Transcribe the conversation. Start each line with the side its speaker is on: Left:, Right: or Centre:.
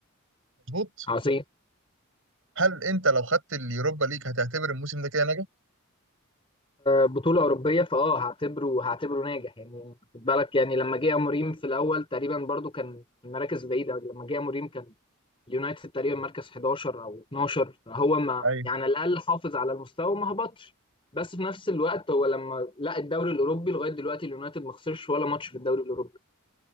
Right: مظبوط
Left: عظيم
Right: هل أنت لو خدت اليوروبا ليج هتعتبر الموسم ده كده ناجح؟
Left: بطولة أوروبية فأه هعتبره هعتبره ناجح يعني خد بالك يعني لما جه أموريم في الأول تقريبا برضو كان في المراكز بعيدة لما جه أموريم كان اليونايتد تقريبا مركز 11 أو 12 فهو ما
Right: أيوه
Left: يعني على الأقل حافظ على المستوى وما هبطش بس في نفس الوقت هو لما لا الدوري الأوروبي لغاية دلوقتي اليونايتد ما خسرش ولا ماتش في الدوري الأوروبي